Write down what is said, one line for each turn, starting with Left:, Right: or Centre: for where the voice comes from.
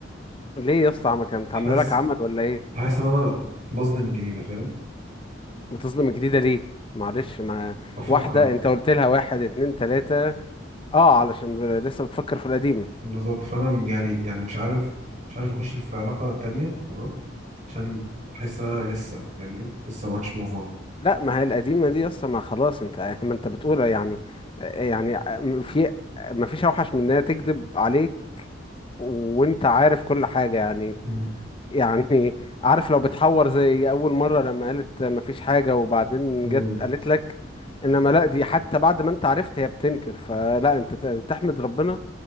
Left: ليه يا اسطى ما كانت
Right: حاسس
Left: عامله لك عمل ولا ايه
Right: حاسس ان انا بظلم من جديدة فاهم
Left: بتظلم الجديدة ليه معلش ما
Right: بفكر
Left: واحدة انت قلت لها واحد اتنين تلاتة اه علشان لسه بتفكر في القديمة
Right: بالظبط فانا يعني يعني مش عارف مش عارف اخش في علاقة تانية تمام عشان بحس ان انا لسه فاهمني لسه ما عملتش موف اون
Left: لا ما هي القديمة دي اصلا ما خلاص انت <laughs> ما انت بتقولها يعني يعني في ما فيش اوحش من انها تكذب عليك وانت عارف كل حاجة يعني
Right: مم.
Left: يعني عارف لو بتحور زي اول مره لما قالت مفيش حاجه وبعدين
Right: مم.
Left: جت قالت لك انما لا دي حتى بعد ما انت عرفت هي بتنكر فلا انت ت- تحمد ربنا